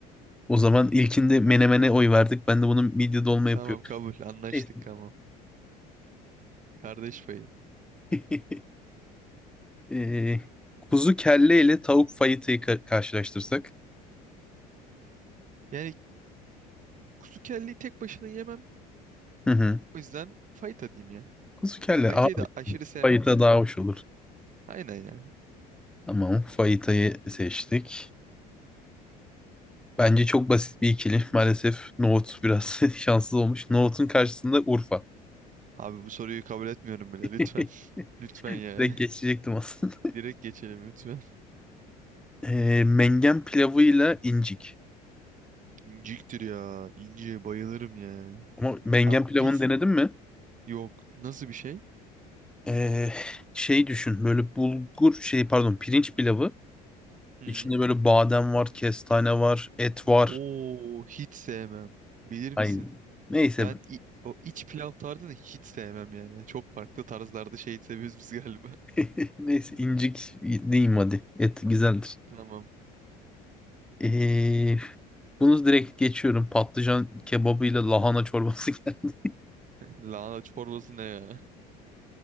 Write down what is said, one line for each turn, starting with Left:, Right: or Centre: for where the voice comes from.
Centre: o zaman ilkinde menemene oy verdik. Ben de bunun midye dolma yapıyorum.
Right: Tamam kabul. Anlaştık
Centre: Neyse.
Right: tamam. Kardeş payı.
Centre: <laughs> Ee, kuzu kelle ile tavuk fayıtayı ka- karşılaştırsak.
Right: Yani kuzu kelleyi tek başına yemem.
Centre: Hı hı.
Right: O yüzden Fayta diyeyim ya.
Centre: Kuzu kelle
Right: Fayta'yı
Centre: ağır.
Right: da aşırı sevmem
Centre: Fayita
Right: de.
Centre: daha hoş olur.
Right: Aynen ya.
Centre: Tamam. Fayitayı seçtik. Bence çok basit bir ikili. Maalesef nohut biraz <laughs> şanssız olmuş. Nohutun karşısında Urfa.
Right: Abi bu soruyu kabul etmiyorum bile
Centre: <laughs>
Right: lütfen. <laughs> Lütfen yani.
Centre: Direkt geçecektim
Right: <laughs>
Centre: aslında.
Right: Direkt geçelim lütfen.
Centre: Ee, mengen pilavıyla incik.
Right: İnciktir ya. İnci bayılırım ya.
Centre: Ama mengen
Right: Abi
Centre: pilavını
Right: biz
Centre: denedin mi?
Right: yok. Nasıl bir şey?
Centre: Ee, şey düşün böyle bulgur şey pardon pirinç pilavı
Right: Hı.
Centre: içinde böyle badem var kestane var et var
Right: Oo hiç sevmem. Bilir
Centre: ay
Right: misin?
Centre: neyse
Right: Ben i- o iç pilav tarzını hiç sevmem yani. Çok farklı tarzlarda şey seviyoruz biz galiba.
Centre: <laughs> neyse incik diyeyim hadi et güzeldir
Right: <laughs> Tamam.
Centre: ee, bunu direkt geçiyorum patlıcan kebabıyla lahana çorbası <laughs> geldi
Right: Lahana çorbası ne ya? <laughs>